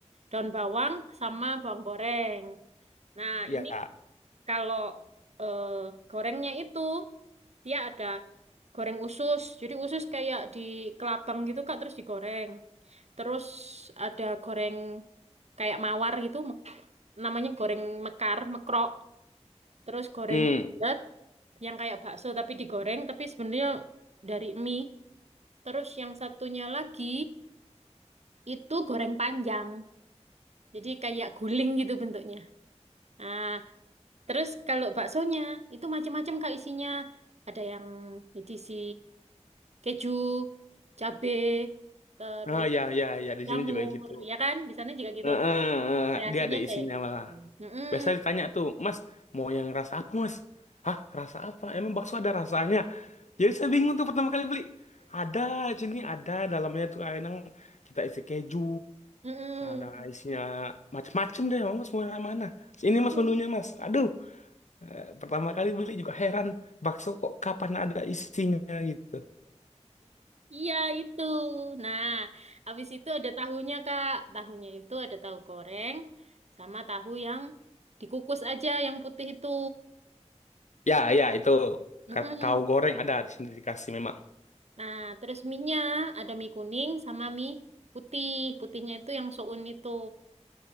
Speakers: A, on the right; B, on the left.
A: daun bawang sama bawang goreng. Nah,
B: Ya.
A: ini Kalau eh, gorengnya itu dia ada goreng usus. Jadi usus kayak di kelabang gitu Kak terus digoreng. Terus ada goreng kayak mawar gitu me- namanya goreng mekar, mekrok. Terus goreng
B: Hmm.
A: bulat yang kayak bakso tapi digoreng tapi sebenarnya dari mie. Terus yang satunya lagi itu goreng panjang. Jadi kayak guling gitu bentuknya. Nah, Terus kalau baksonya itu macam-macam Kak isinya. Ada yang diisi keju, cabe, terus
B: Ah, ya, ya, ya. Di
A: jamur,
B: sini juga gitu.
A: ya kan? Di sana juga gitu.
B: Eh, eh, eh,
A: Kreasinya
B: Dia ada isinya
A: kayak gitu.
B: malah.
A: Mm-mm,
B: Biasa ditanya tuh, Mas, mau yang rasa apa, Mas? Hah, rasa apa? Emang bakso ada rasanya? Jadi saya bingung tuh pertama kali beli. Ada sini ada dalamnya tuh ayam kita isi keju,
A: mm-mm.
B: ada isinya macem-macem deh, mas mau yang mana?
A: Iya,
B: Ini mas menunya mas. Aduh, eh, pertama kali beli juga heran bakso kok kapan ada isinya gitu.
A: iya itu. Nah, habis itu ada tahunya Kak. Tahunya itu ada tahu goreng sama tahu yang dikukus aja yang putih itu.
B: Ya ya itu
A: Mm-mm.
B: kau goreng ada di sini dikasih memang.
A: Nah, terus mie-nya ada mie kuning sama mie putih. Putihnya itu yang soun itu.